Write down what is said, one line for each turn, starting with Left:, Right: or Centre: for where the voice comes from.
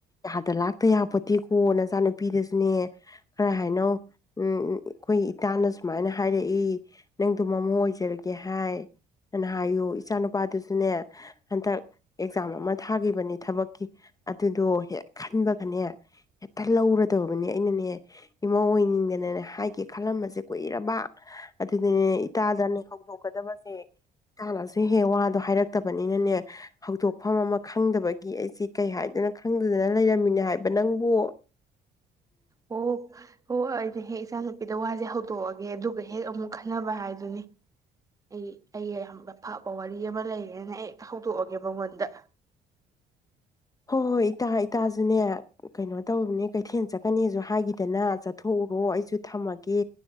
Left: ꯌꯥꯗ ꯂꯥꯛꯇ ꯌꯥꯄꯣꯠꯇꯦꯀꯣ ꯅꯆꯥꯅꯨꯄꯤꯗꯁꯨꯅꯦ ꯈꯔ ꯍꯥꯏꯅꯧ ꯎꯝꯃ ꯑꯩꯈꯣꯏ ꯏꯇꯥꯅ ꯁꯨꯃꯥꯏꯅ ꯍꯥꯏꯔꯛꯏ ꯅꯪꯗꯣ ꯃꯃꯧ ꯑꯣꯏꯖꯔꯒꯦ ꯍꯥꯏ ꯑꯥꯅ ꯍꯥꯏꯌꯨ ꯏꯆꯥ ꯅꯨꯨꯄꯥꯗꯨꯁꯨꯅꯦ ꯍꯟꯗꯛ ꯑꯦꯛꯖꯥꯝ ꯑꯃ ꯊꯥꯈꯤꯕꯅꯦ ꯊꯕꯛꯀꯤ ꯑꯗꯨꯗꯣ ꯍꯦꯛ ꯈꯟꯕꯒꯅꯦ ꯍꯦꯛꯇ ꯂꯧꯔꯗꯕꯅꯤ ꯑꯩꯅꯅꯦ ꯏꯃꯥ ꯑꯣꯏꯅꯤꯡꯗꯅꯅꯦ ꯍꯥꯏꯒꯦ ꯈꯜꯂꯝꯕꯁꯦ ꯀꯨꯏꯔꯕ ꯑꯗꯨꯗꯅꯦ ꯏꯇꯥꯗꯅꯦ ꯍꯧꯗꯣꯛꯀꯗꯕꯁꯦ ꯏꯇꯥꯅꯁꯨ ꯍꯦ ꯋꯥꯗꯣ ꯍꯥꯏꯔꯛꯇꯕꯅꯤꯅꯅꯦ ꯍꯧꯗꯣꯛꯐꯝ ꯑꯃ ꯈꯪꯗꯕꯒꯤ ꯑꯩꯁꯦ ꯀꯩ ꯍꯥꯏꯗꯣꯏꯅ ꯈꯪꯗꯗꯅ ꯂꯩꯔꯝꯃꯤꯅꯦ ꯍꯥꯏꯕ ꯅꯪꯕꯨ
Right: ꯍꯣ ꯍꯣ ꯑꯩꯅ ꯍꯦꯛ ꯏꯆꯥ ꯅꯨꯨꯄꯤꯗ ꯋꯥꯁꯦ ꯍꯧꯗꯣꯛꯑꯒꯦ ꯑꯗꯨꯒ ꯍꯦꯛ ꯑꯃꯨꯛ ꯈꯟꯅꯕ ꯍꯥꯏꯗꯨꯅꯤ ꯑꯩ ꯑꯩ ꯌꯥꯝ ꯐꯕ ꯋꯥꯔꯤ ꯑꯃ ꯂꯩꯔꯦꯅ ꯍꯦꯛꯇ ꯍꯧꯗꯣꯛꯑꯒꯦ ꯃꯉꯣꯟꯗ
Left: ꯍꯣꯏ ꯍꯣꯏ ꯏꯇꯥ ꯏꯇꯥꯁꯨꯅꯦ ꯀꯩꯅꯣ ꯇꯧꯅꯦ ꯀꯩꯊꯦꯜ ꯆꯠꯀꯅꯤꯁꯨ ꯍꯥꯏꯈꯤꯗꯅ ꯆꯠꯊꯣꯛꯎꯔꯣ ꯑꯩꯁꯨ ꯊꯝꯃꯒꯦ